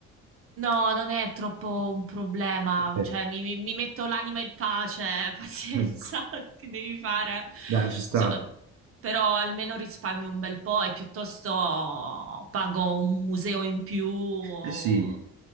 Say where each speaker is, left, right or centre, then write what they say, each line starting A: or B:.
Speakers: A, on the right (about 45°); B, on the right (about 75°).
A: No, non è troppo un problema,
B: Ok.
A: cioè mi, mi- mi metto l'anima in pace, <laughs> pazienza,
B: <laughs>
A: che devi fare?
B: Dai, ci sta.
A: So- però almeno risparmio un bel po' e piuttosto pago un museo in più o
B: Eh sì.